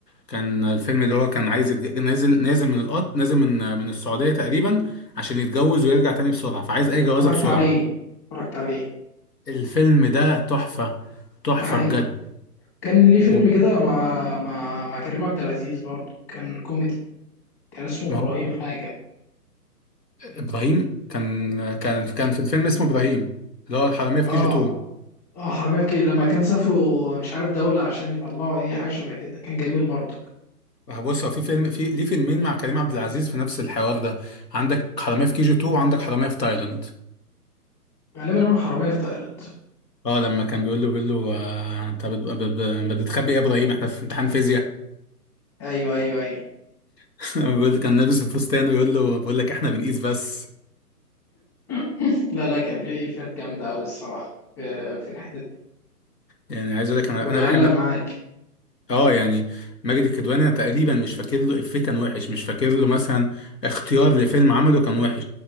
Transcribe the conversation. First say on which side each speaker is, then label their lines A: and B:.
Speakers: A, on the left; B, on the left.
A: كان الفيلم اللي هو كان عايز يتج... نازل نازل من القط نازل من من السعودية تقريبا عشان يتجوز ويرجع تاني بسرعة فعايز أي جوازة
B: اتفرجت
A: بسرعة
B: عليه اتفرجت عليه
A: الفيلم ده تحفة تحفة
B: ده حقيقي
A: بجد
B: كان ليه فيلم
A: و-
B: كده مع مع مع كريم عبد العزيز برضه كان كوميدي كان اسمه
A: ما
B: ابراهيم
A: هو
B: حاجه
A: إبراهيم كان كان كان في الفيلم اسمه إبراهيم اللي هو الحرامية في
B: اه
A: كي جي 2
B: اه حرامية في كي- لما كان سافروا مش عارف دولة عشان يطلعوا ايه حاجة شبه كده كان جميل برضه
A: بص هو في فيلم في ليه فيلمين مع كريم عبد العزيز في نفس الحوار ده عندك حرامية في كي جي 2 وعندك حرامية في تايلاند
B: غالبا هو حرامية في تايلاند
A: اه لما كان بيقول له بيقول له آه، انت بت- بت- بت- بتخبي ايه يا ابراهيم احنا في امتحان فيزياء
B: ايوه ايوه ايوه
A: <laughs> بيقول كان لابس الفستان ويقول له بقول لك احنا بنقيس بس
B: <laughs> لا لا كان في فات جامدة أوي الصراحة في في الحتت دي
A: يعني عايز اقول لك انا
B: وبيعلق
A: انا بحب ماجد
B: معاك
A: اه يعني ماجد الكدواني انا تقريبا مش فاكر له افيه كان وحش مش فاكر له مثلا اختيار لفيلم عمله كان وحش